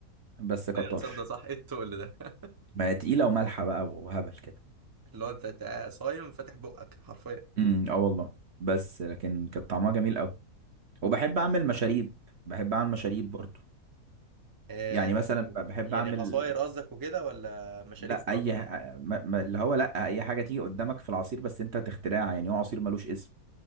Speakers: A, on the right; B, on the right.
A: بس كطرش
B: ايوه تصدق صح ايه التقل ده <laughs>
A: ما هي تقيله ومالحه بقى وهبل كده
B: اللي هو انت تبقى صايم فاتح بقك حرفيا
A: امم اه والله بس لكن كانت طعمها جميل قوي وبحب اعمل مشاريب بحب اعمل مشاريب برضو
B: آه
A: يعني مثلا ب- بحب
B: يعني
A: اعمل
B: عصاير قصدك وكده ولا مشاريب
A: لا
B: في العموم
A: اي ح- ما ما- اللي هو لا اي حاجه تيجي قدامك في العصير بس انت تخترعها يعني هو عصير ملوش اسم